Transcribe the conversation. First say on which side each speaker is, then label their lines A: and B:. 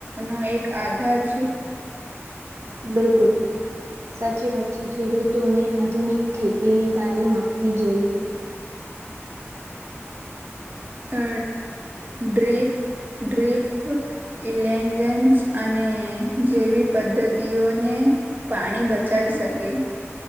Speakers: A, on the right; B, on the right.
A: નો એક આધાર છે.
B: બિલકુલ સાચી વાત છે ખેડૂતોને આધુનિક ખેતીની તાલીમ આપવી જોઈએ.
A: અ ડ્રિપ ડ્રિપ ઇલેગેન્સ અને જેવી પદ્ધતિઓને પાણી બચાવી શકે.